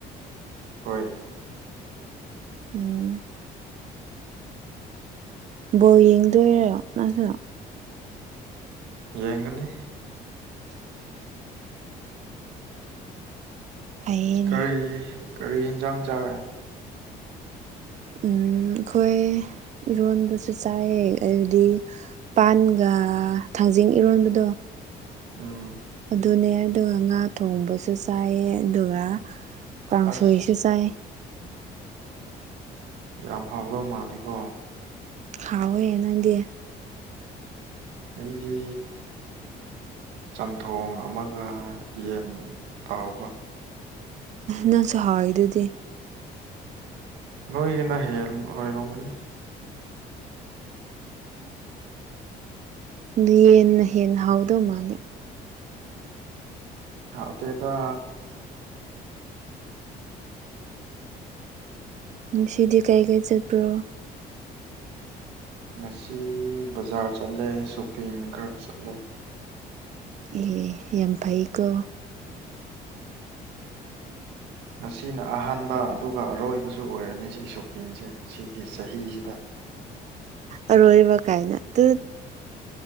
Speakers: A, on the right; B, on the right.
A: ꯍꯣꯏ
B: ꯎꯝ ꯕꯣ ꯌꯦꯡꯗꯣꯏꯔꯣ <unintelligible>
A: ꯌꯦꯡꯒꯅꯤ
B: ꯐꯩꯌꯦꯅꯦ
A: ꯀꯔꯤ ꯀꯔꯤ ꯌꯦꯟꯁꯥꯡ ꯆꯥꯔꯦ
B: ꯎꯝ ꯑꯩꯈꯣꯏ ꯏꯔꯣꯟꯕꯁꯨ ꯆꯥꯏꯑ ꯑꯗꯨꯗꯤ ꯄꯥꯟꯒ ꯊꯥꯡꯖꯤꯡ ꯏꯔꯣꯟꯕꯗꯣ
A: ꯎꯝ
B: ꯑꯗꯨꯅꯦ ꯑꯗꯨꯒ ꯉꯥ ꯊꯣꯡꯕꯁꯨ ꯆꯥꯏ ꯑꯗꯨꯒ ꯀꯥꯡꯁꯣꯏꯁꯨ
A: ꯑꯁ
B: ꯆꯥꯏ
A: ꯌꯥꯝ ꯍꯥꯎꯗ ꯃꯥꯜꯂꯦꯀꯣ
B: ꯍꯥꯎ ꯋꯦ ꯅꯪꯗꯤ
A: ꯑꯩꯒꯤ ꯆꯝꯊꯣꯡ ꯑꯃꯒ ꯌꯦꯟ ꯇꯥꯎꯕ
B: ꯅꯪꯁꯨ ꯍꯥꯎꯋꯏꯗꯨꯗꯤ
A: ꯅꯣꯏꯒꯤꯁꯤꯅ ꯍꯦꯟ ꯑꯣꯏꯔꯨꯕꯅꯤ
B: ꯍꯦꯟꯅ ꯍꯦꯟꯅ ꯍꯥꯎꯗꯧ ꯃꯥꯜꯂꯦ
A: ꯍꯥꯎꯇꯦꯗ
B: ꯁꯤꯗꯤ ꯀꯩ ꯀꯩ ꯆꯠꯄ꯭ꯔꯣ
A: ꯉꯁꯤ ꯕꯖꯥꯔ ꯆꯠꯂꯦ ꯁꯣꯄꯤꯡ ꯈꯔ ꯆꯠꯂꯦ
B: ꯑꯦ ꯌꯥꯝ ꯐꯩꯀꯣ
A: ꯑꯁꯤꯅ ꯑꯍꯥꯟꯕ ꯑꯗꯨꯒ ꯑꯔꯣꯏꯕꯁꯨ ꯑꯣꯏꯔꯅꯤ ꯁꯤꯒꯤ ꯁꯣꯄꯤꯡꯁꯦ ꯁꯤꯒꯤ ꯆꯍꯤꯁꯤꯗ
B: ꯑꯔꯣꯏꯕ ꯀꯥꯏꯅ ꯗꯨꯠ